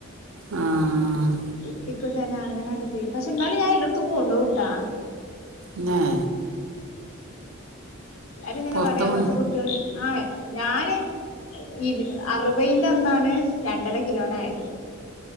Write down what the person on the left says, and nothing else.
കുട്ടിക്കും തന്നെ അങ്ങനാണ്ട് പില് പക്ഷെ എന്നാലും ഞാൻ എല്ലായിടത്തും കൊണ്ടോട്ടാ
എല്ലാരും ഇങ്ങനെ
പറയാ
അങ്ങനത്തെ കുട്ടികള് ആ ഞാന് ഇ അറുപന്റെ ഒന്നാണ് രണ്ടര കിലോനയത്